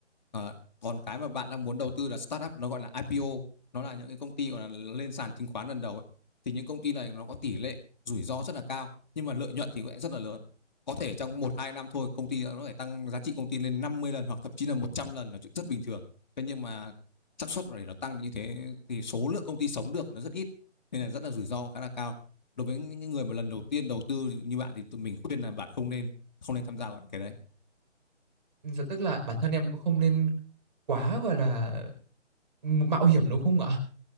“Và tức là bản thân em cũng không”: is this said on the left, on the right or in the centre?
Right